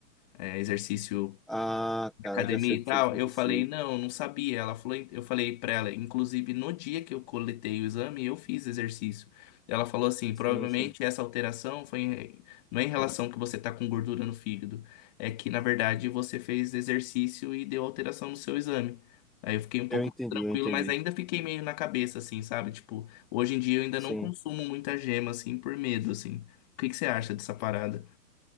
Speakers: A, on the left (about 25°); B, in the centre.
A: eh, exercício
B: Ah, cara,
A: academia
B: já sei o
A: e
B: que
A: tal,
B: foi que aconteceu.
A: eu falei, não, eu não sabia. Ela falou, eu falei pra ela, inclusive no dia que eu coletei o exame, eu fiz exercício. Ela falou assim,
B: Sim,
A: provavelmente
B: sim.
A: essa alteração foi em- não é em relação que você tá com gordura no fígado, é que na verdade você fez exercício e deu alteração no seu exame. Aí eu fiquei um pouco
B: Eu entendi,
A: mais tranquilo,
B: eu entendi.
A: mas ainda fiquei meio na cabeça assim, sabe? Tipo, hoje em dia eu ainda
B: Sim.
A: não consumo muita gema assim por medo assim. O que que você acha dessa parada?